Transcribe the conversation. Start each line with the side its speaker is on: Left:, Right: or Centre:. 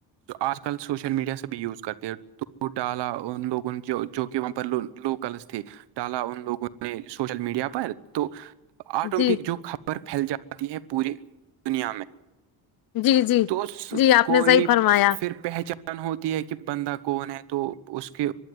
Right: آج کل سوشل میڈیا سے بھی یوز کرتے ہیں تو ڈالا ان لوگوں نے جو جو کہ وہاں پر لوکلس تھے ڈالا ان لوگوں نے سوشل میڈیا پر تو آٹومیٹک
Left: جی
Right: جو خبر پھیل جاتی ہے پورے دنیا میں
Left: جی جی
Right: توس
Left: جی آپ
Right: کوئی
Left: نے صحیح فرمایا
Right: پھر پہچان ہوتی ہے کہ بندہ کون ہے تو اس کے